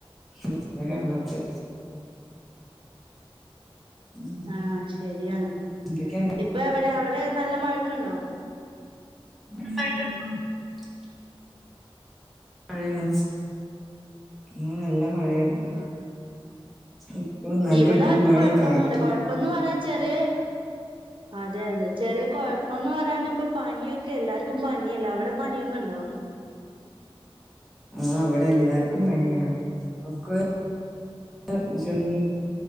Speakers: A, in the centre; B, on the right.
A: ഇപ്പഴ കാണാത്തെ ഉം
B: ആഹ ശരിയാണ്
A: എന്തൊക്കെണ്ട്
B: ഇപ്പൊ എവിടെയ അവള് ഇവിടെ നല്ല മഴക്കുണ്ടോ
A: <unintelligible> മഴയാണ് എന്ന നല്ല മഴയായിരുന്നു
B: ആഹ
A: ഇപ്പൊ നല്ല
B: ഇവിടെ
A: ഇടിയും
B: ആർക്കും
A: മഴയും
B: കൊഴപ്പൊന്നുമല്ല
A: കാറ്റും
B: കൊഴപ്പന്ന് പറ ചെറിയ അതെ അതെ ചെറിയ കുഴപ്പംന്ന് പറയാന ഇപ്പ പനിയൊക്കെ എല്ലാർക്കും പനിയല്ലേ അവിടെ പനിയൊക്കെ ഉണ്ടോ
A: ആഹ അവിടെ എല്ലാർ ക്കും പനിയാണ് ഒക്കൊ ഇപ്പം <unintelligible>